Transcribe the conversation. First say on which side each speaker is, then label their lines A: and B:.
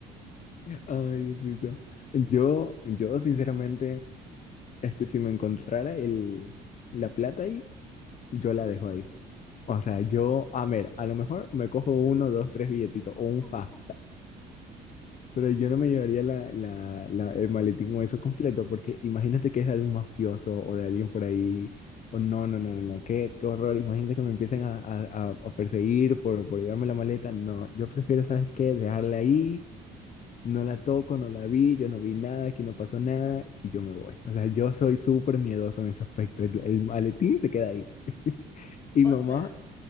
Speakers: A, on the left; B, on the left.
A: Ay, Diosito. Yo, yo sinceramente, este, si me encontrara el, la plata ahí, yo la dejo ahí. O sea, yo, a ver, a lo mejor me cojo uno, dos, tres billetitos o
B: <laughs>
A: un fajo Pero yo no me llevaría la, la- la- el maletín o eso completo, porque imagínate que es de algún mafioso o de alguien por ahí. O no, no, no, no, no, qué, qué horror. Imagínate que me empiecen a, a- a- a perseguir por, por llevarme la maleta. No, yo prefiero, ¿sabes qué? Dejarla ahí, no la toco, no la vi, yo no vi nada, aquí no pasó nada y yo me voy. O sea, yo soy súper miedoso en ese aspecto. El, el maletín se queda ahí. <laughs> Y
B: O
A: mamá
B: sea,